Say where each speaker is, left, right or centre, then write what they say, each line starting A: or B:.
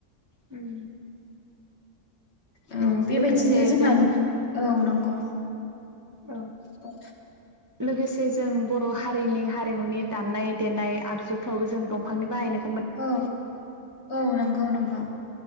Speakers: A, on the right (about 20°); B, on the left (about 60°).
A: उम
B: औ
A: उ
B: बेबायदिनो
A: लोगोसे
B: जोंहा
A: जोङो
B: नंगौ
A: औ
B: औ
A: लोगोसे जों बर हारिनि हारिमुनि दामनाय देनाय आगजुफ्रावबो जों दंफांनि बाहायनाय
B: औ औ नंगौ नंगौ